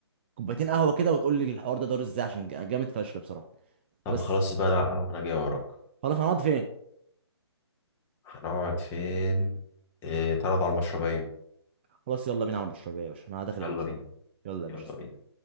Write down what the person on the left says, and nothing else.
طب
خلاص بقى أنا على القهوة أنا جاي وراك
هنقعد فين؟ إيه تعالى نقعد على المشربية
يلا
بينا
يلا
بينا